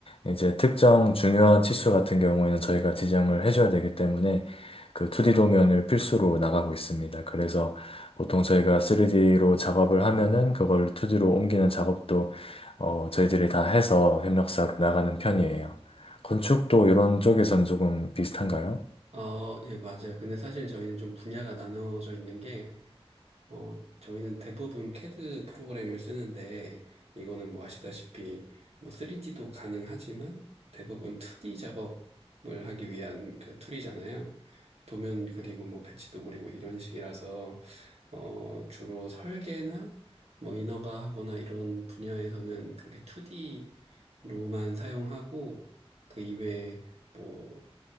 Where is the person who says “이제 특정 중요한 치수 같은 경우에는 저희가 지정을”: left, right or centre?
Left